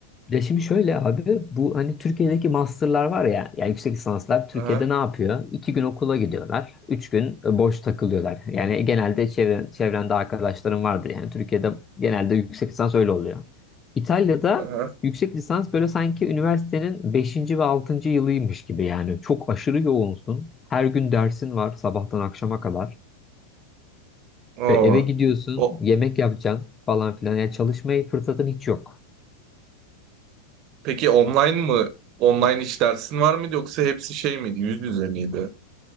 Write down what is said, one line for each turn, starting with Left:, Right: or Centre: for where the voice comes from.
Left: Ya şimdi şöyle abi bu hani Türkiye'deki masterlar var ya yani yüksek lisanslar Türkiye'de
Right: Aha,
Left: ne yapıyor? İki gün okula gidiyorlar. Üç gün e, boş takılıyorlar. Yani genelde çevre, çevrende arkadaşlarım vardır. Yani Türkiye'de genelde yüksek lisans öyle oluyor. İtalya'da
Right: aha.
Left: yüksek lisans böyle sanki üniversitenin beşinci ve altıncı yılıymış gibi yani. Çok aşırı yoğunsun. Her gün dersin var sabahtan akşama kadar.
Right: Oo.
Left: Ve eve gidiyorsun
Right: O,
Left: yemek yapacaksın falan filan. Yani çalışmaya fırsatın hiç yok.
Right: peki online mı? Online iş dersin var mıydı yoksa hepsi şey miydi? Yüz yüze miydi?